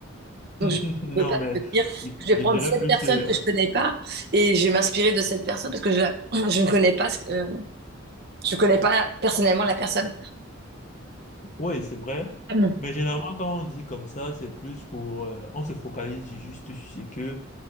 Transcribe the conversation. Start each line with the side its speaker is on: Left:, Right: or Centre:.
Right: donc
Left: <laughs>
Right: je
Left: Non,
Right: ne peux pas
Left: mais
Right: te dire que
Left: je, je
Right: je vais prendre
Left: dirais
Right: cette
Left: plus,
Right: personne
Left: euh,
Right: que je connais pas et je vais m'inspirer de cette personne parce que je, la- <clears throat> je ne connais pas, ce que- euh, je connais pas personnellement la personne.
Left: oui, c'est vrai.
Right: Mhm.
Left: Mais généralement, quand on dit comme ça, c'est plus pour, euh, on se focalise juste sur ce que